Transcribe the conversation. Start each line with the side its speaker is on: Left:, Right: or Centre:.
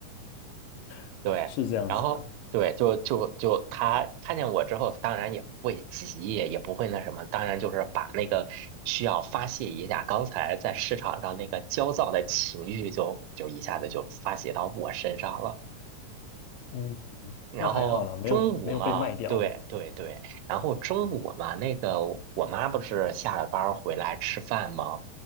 Left: <laughs>
Right: 对，
Left: 是这样子的。
Right: 然后对，就就就她看见我之后，当然也不会急，也也不会那什么，当然就是把那个需要发泄一下刚才在市场上那个焦躁的情绪就就一下子就发泄到我身上了。
Left: 嗯，
Right: 然后中午嘛，
Left: 那还好啦，没有没有被卖掉。
Right: 对对对，然后中午嘛，那个我妈不是下了班儿回来吃饭吗？